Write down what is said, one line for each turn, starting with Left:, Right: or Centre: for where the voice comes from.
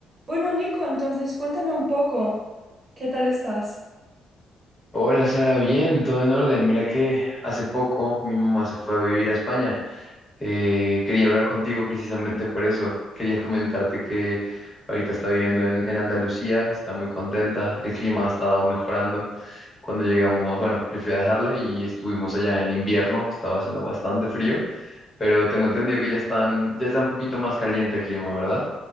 Right: Bueno, Nico, entonces cuéntame un poco, ¿qué tal estás?
Left: Hola Sara, bien, todo en orden. Mira que hace poco mi mamá se fue a vivir a España. Eh, quería hablar contigo precisamente por eso. Quería <laughs> comentarte que ahorita está viviendo en, en Andalucía, está muy contenta, el clima ha estado mejorando. Cuando llegamos, bueno, yo fui a dejarla y estuvimos allá en invierno, estaba haciendo bastante frío, pero tengo entendido que ya están, ya está un poquito más caliente el clima, ¿verdad?